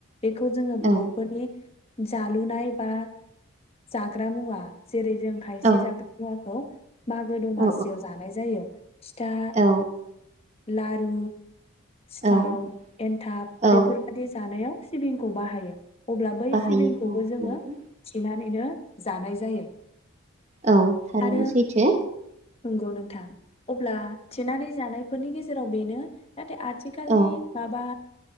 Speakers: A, on the left; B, on the right.
A: बेखौ जोङो
B: नंगौ
A: बर'फोरनि जालुनाय बा जाग्रा मुवा जेरै जों खायसे
B: औ
A: जाग्रा मुवाखौ मागो दमासियाव
B: औ
A: जानाय जायो फिथा
B: औ
A: लारु सिथाव
B: औ
A: एन्थाब
B: औ
A: बेफोरबायाददि जानायाव सिबिंखौ बाहायो अब्ला बै
B: बाहायो
A: सिबिंखौबो
B: औ
A: जोङो
B: नंगौ
A: थिनानै नो जानाय जायो
B: औ थारैनो
A: आरो
B: सैथो
A: नंगौ नोंथां अब्ला थिनानै जानायफोरनि गेजेराव बेनो नाथाय आथिखालनि
B: औ
A: माबा